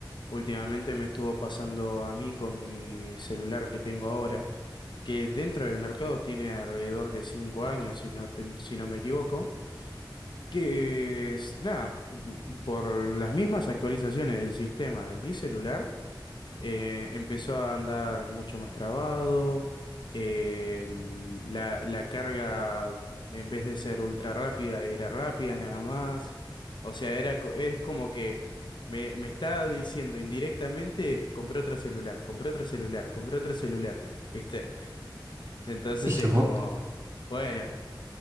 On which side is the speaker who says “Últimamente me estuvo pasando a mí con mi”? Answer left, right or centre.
Left